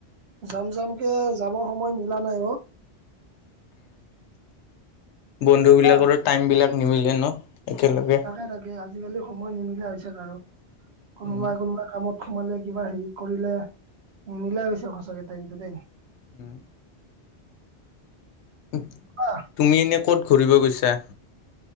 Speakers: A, on the right; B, on the left.
A: যাম যাম কে যাবৰ সময় মিলা নাই ঔ।
B: বন্ধু
A: কোৱা
B: বিলাকৰো টাইম বিলাক নিমিলে ন' একেলগে।
A: না‌ তাকে আজিকালি সময় নিমিলা হৈছে কাৰো, কোনোবাই
B: উম,
A: কোনোবাই কামত সোমালে কিবা হেৰি কৰিলে, নিমিলাই হৈ গৈছে সঁচাকে টাইমটো দেই।
B: উম। <unintelligible>
A: আহ
B: তুমি ইনেই ক'ত ঘূৰিব গৈছা?